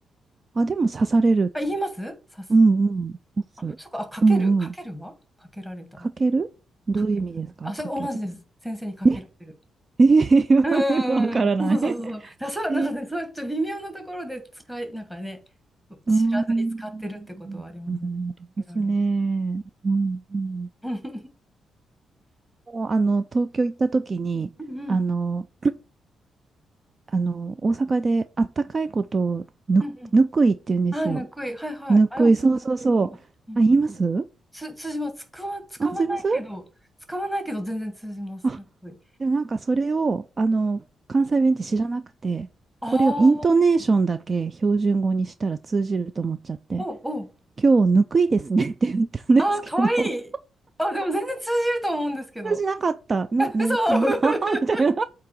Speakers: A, on the right (about 30°); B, in the centre.
A: う。あ、でも刺される。
B: あ、言います刺す。
A: うんうん。刺す。
B: あ、そっか、あ、かける、
A: うんうん。
B: かけるはかけられた。
A: かけるどういう意味ですかかける。
B: かけ、あ、それ同じです。先生にかけられる。
A: ええー、
B: うんうんうんうん。
A: <laughs> わからない。
B: そうそうそうそう。
A: <laughs>
B: だ、そう、
A: えー
B: なんかね、そういうちょっと微妙なところで使い、なんかね、
A: うーん、
B: 知らずに使ってるってことはありますね。
A: うんありますね。
B: かけられる。
A: うん、うん。
B: うん
A: もう、あの、東京行った時に、
B: うん
A: あの、あの、大阪であったかいことをぬ、
B: うんうん
A: ぬくいって言うんですよ。
B: あ、ぬくい。はいはい。
A: ぬくい、
B: あ、でも、つ
A: そうそうそう。
B: うん。
A: あ、言います
B: つ、通じます。使わ、使わないけど、
A: あ、すいません
B: 使わないけど全然通じます。
A: あ、
B: ぬくい。
A: でもなんかそれを、あの、関西弁って知らなくて、
B: ああ、
A: これをイントネーションだけ標準語にしたら通じると思っちゃって、
B: おお。
A: 今日ぬくいですねって言ったんですけど、
B: ああ、かわいい。あ、でも全然通じると思うんですけど。
A: 私じなかった。な、
B: え、
A: な、
B: 嘘
A: <laughs> うん、<laughs> ああ、みたいな。
B: <laughs>
A: <laughs> あ